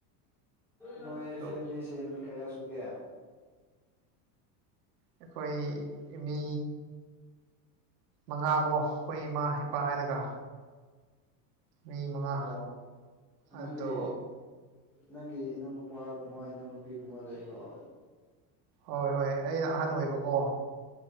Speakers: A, in the centre; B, on the right.
A: ꯅꯣꯏ
B: ꯑꯗꯨꯝ
A: ꯐꯦꯃꯤꯂꯤꯁꯦ ꯃꯤ ꯀꯌꯥ ꯁꯨꯒꯦ
B: ꯑꯩꯈꯣꯏ ꯃꯤ ꯃꯉꯥꯒꯣ ꯑꯩꯈꯣꯏ ꯏꯃꯥ ꯄꯥ ꯍꯥꯏꯔꯒ ꯃꯤ ꯃꯉꯥ
A: ꯑꯣ ꯅꯪꯒꯤ
B: ꯑꯗꯣ
A: ꯅꯪꯒꯤ ꯏꯅꯧ ꯅꯨꯨꯄꯥꯒꯨꯝꯕ ꯏꯅꯧ ꯅꯨꯨꯄꯤꯒꯨꯝꯕ ꯂꯩꯕꯔꯣ
B: ꯍꯣꯏ ꯍꯣꯏ ꯑꯩꯅ ꯑꯍꯟ ꯑꯣꯏꯕꯀꯣ